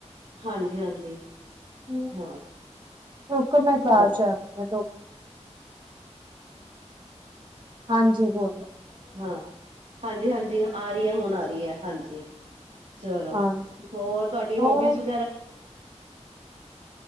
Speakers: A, on the right; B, on the right.
A: ਹਾਂਜੀ-ਹਾਂਜੀ।
B: ਹੂੰ,
A: ਹਾਂ।
B: ਰਕੋ ਮੈਂ ਬਾਰ
A: ਚਲੋ,
B: ਦ ਹਾਂਜੀ ਬਹੁਤ।
A: ਹਾਂ, ਹਾਂਜੀ ਹਾਂਜੀ ਆ ਰਹੀ ਹੈ ਹੁਣ ਆ ਰਹੀ ਹੈ ਹਾਂਜੀ। ਚਲੋ,
B: ਹਾਂਜੀ
A: ਹੋਰ ਤੁਹਾਡੀ ਹੋਬੀਜ਼
B: ਹੋਰ
A: ਵ